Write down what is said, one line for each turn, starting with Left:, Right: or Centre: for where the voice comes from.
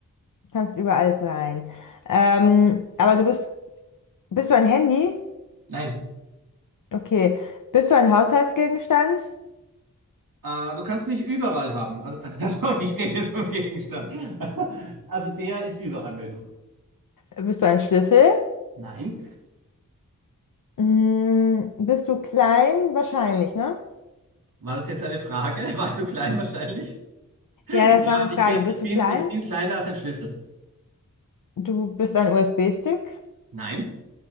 Left: Kannst überall sein. Ähm, aber du bist, bist du ein Handy?
Right: Nein,
Left: Okay. Bist du ein Haushaltsgegenstand?
Right: äh, du kannst mich überall haben. Also, <laughs> also ich rede jetzt vom Gegenstand. <laughs> Also der ist überall möglich.
Left: Bist du ein Schlüssel?
Right: Nein.
Left: Mm, bist du klein? Wahrscheinlich, ne?
Right: War das jetzt eine Frage? <laughs> Warst du klein wahrscheinlich?
Left: Ja, das
Right: Ja,
Left: war eine
Right: ich
Left: Frage.
Right: bin,
Left: Bist
Right: ich bin,
Left: du klein?
Right: ich bin kleiner als ein Schlüssel.
Left: Du bist ein USB-Stick?
Right: Nein.